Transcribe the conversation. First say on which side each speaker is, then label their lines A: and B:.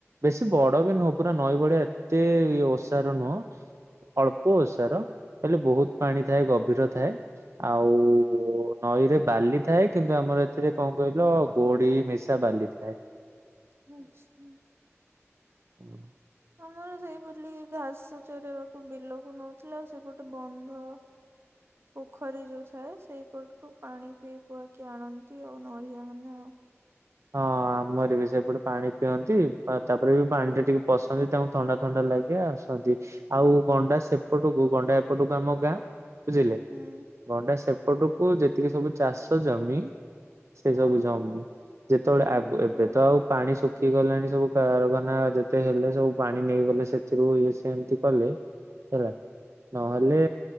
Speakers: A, on the right; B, on the right.
A: ବେଶୀ ବଡ ବି ନୁହଁ ପୁରା ନଈ ଭଳିଆ ଏତେ ଇଏ ଓ <inaudible> ସାର, ହେଲେ ବହୁତ୍ ପାଣି ଥାଏ ଗଭୀର ଥାଏ। ଆଉ ନଈରେ ବାଲି ଥାଏ, କିନ୍ତୁ ଆମର ଏଥିରେ କ'ଣ କହିଲ? ଗୋଡ଼ି ମିଶା ବାଲି ଥାଏ।
B: <inaudible>
A: ହୁଁ
B: ଆମର ସେଇ ପଲି ଘାସ ଚରେବାକୁ ବିଲକୁ ନଉଥିଲା। ଆଉ ସେପଟେ ବନ୍ଧ ପୋଖରୀ ଯଉ ଥାଏ ସେଇ ପଟୁ ପାଣି ପିଇ ପୁଆକି ଆଣନ୍ତି ଆଉ। ନ---ଆ ମାନେ ଆ
A: ହଁ ଆମର ବି ସେପଟେ ପାଣି ପିଅନ୍ତି, ତା'ପରେ ବି ପାଣି ଟା ଟିକେ ପସନ୍ତି। ତାଙ୍କୁ ଥଣ୍ଡା ଥଣ୍ଡା ଲାଗେ ଆସନ୍ତି। ଆଉ ଗଣ୍ଡା ସେପଟକୁ, ଗଣ୍ଡା ଏପଟକୁ ଆମ ଗାଁ ଝିଲେ।
B: ହୁଁ
A: ଗଣ୍ଡା ସେପଟକୁ ଯେତିକି ସବୁ ଚାଷ ଜମି, ସେ
B: ହଁ
A: ସବୁ ଜମି। ଯେତବଳେ ଏବେ
B: ଓହୋ।
A: ତ ଆଉ ପାଣି ଶୁଖି ଗଲାଣି ସବୁ। ରଖାନା ଯେତେ ହେଲେ ସବୁ ପାଣି ନେଇଗଲେ, ସେଥିରୁ ଇଏ ଏମ୍ତି କଲେ ହେଲା। ନହେଲେ